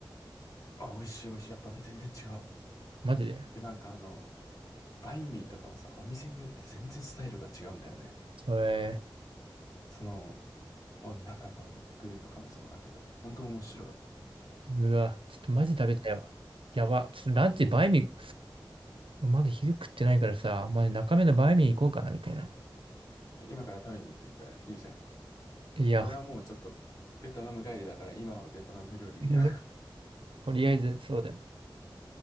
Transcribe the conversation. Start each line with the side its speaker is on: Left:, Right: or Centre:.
Left: あ、美味しい美味しい。やっぱね、全然違う。
Right: マジで。
Left: で、なんかあの、バインミーとかもさ、お店によって全然スタイルが違うんだよね。
Right: え
Left: その、お中の具とかもそうだけど、本当面白い。
Right: ー、うわ、ちょっとマジ食べたいわ。
Left: やっぱ、
Right: やば。ちょっとランチバイミー、俺まだ昼食ってないからさ、まあ、中目のバイミー行こうかな、みたいな。
Left: 今から食べに行ってきたらいいじゃん。
Right: いや、
Left: 俺はもうちょっと、ベトナム帰りだから、今はベトナム料理いいや。
Right: <laughs> とりあえず、そうだよ。